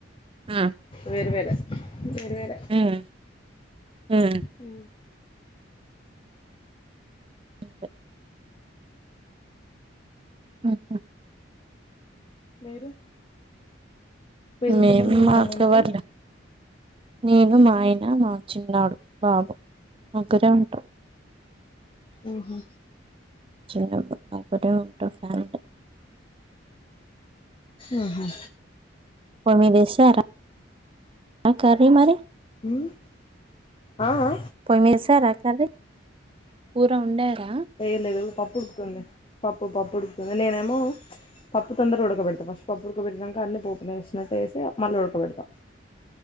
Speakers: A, on the right; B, on the left.
A: ఆ!
B: వేరు వేర వేరు వేర
A: హ్మ్. హ్మ్.
B: ఉ
A: బే ఉ హా
B: మీరు మీరెంత
A: మేము
B: మంది ఉంటారండి
A: అక్క
B: ఇంట్లో
A: వాళ్లు నేను మా ఆయన మా చిన్నాడు బాబు ముగ్గరే ఉంటాం
B: ఉ హా
A: చిన్నబ్బ ఒకటే ఉంటా పాంట్
B: ఆహా
A: మీరు చేశారా కర్రీ మరి
B: హ్మ్మ్ ఆ ఆ
A: పొయ్యి మీద ఏసారా కర్రీ కూర వండరా
B: చేయలేదు పప్పు ఉడుకుతుంది. పప్పు పప్పు ఉడుకుతుంది నేనేమో పప్పు తొందరగా ఉడకబెడతా. ఫస్ట్ పప్పు ఉడకబెట్టినాక, అన్ని పోపున వేసినట్టుయేసి మళ్ళీ ఉడక పెడతా.